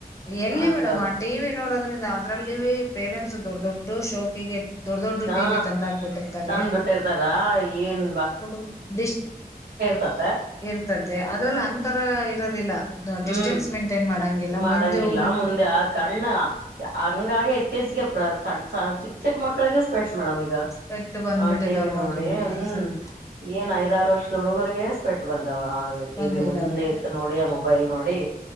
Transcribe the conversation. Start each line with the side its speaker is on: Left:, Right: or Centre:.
Left: ಎಲ್ಲಿ
Right: ಹಂಗಬಿಡ್
Left: ಮೇಡಮ್ ಆ ಟಿವಿ ನೋಡೋದ್ರಿಂದ ಅದ್ರಲ್ಲಿ ಪೇರೆಂಟ್ಸ್ ದೊಡ್ಡ ದೊಡ್ಡ ಶೋಕಿಗೆ. ದೊಡ್ ದೊಡ್ಡ
Right: ಹಾ
Left: ಟಿವಿ ತಂದಾಕ್ಬಿಟ್ಟಿರ್ತಾರೆಡು
Right: ತಂದ್ ಬಿಟ್ಟಿರ್ತಾರ ಏನ್
Left: ಹುಡುಗ್ರು ದೃಷ್
Right: ತತ
Left: ಇರ್ತತಿ ಅದ್ರಲ್ಲಿ ಅಂತರ ಇರೋದಿಲ್ಲ
Right: ಹ್ಮ್
Left: ಡಿಸ್ಟೆನ್ಸ್ ಮೇಂಟೈನ್ ಮಾಡಂಗಿಲ್ಲ
Right: ಮಾಡಂಗಿಲ್ಲ
Left: ಮುಂದೋಗ್
Right: ಮುಂದೆ ಕಣ್ಣ ಹಂಗಾಗ ಇತ್ತೀಚಿಗೆ ಸಡ್ ಸ ಚಿಕ್ಕ ಮಕ್ಳ ದಿಸ್ಪೆಟ್ಸ್ ಮೇಡಮ್ ಈಗ
Left: ಸ್ಪೆಕ್ಟ್ ಬಂದ್ಬಿಟ್ಟಿದಾವ್
Right: ಹ ಟಿವ ವಿ
Left: ನೋಡ್ರಿ
Right: ನೋಡಿ
Left: ಮೇಡಮ್
Right: ಹ್ಮ್
Left: ಅಸಲ್
Right: ಏನ್ ಐದಾರು ವರ್ಷದ ಹುಡುಗರ್ಗೆಸ್ಪೆಟ್ಟು ಬಂದವ ಹಾಗ ಟಿ
Left: ಬಂದಿದಾವೆ
Right: ವಿ ಮುಂದೆ ಇತ್ತು ನೋಡಿ ಆ ಮೊಬೈಲ್ ನೋಡಿ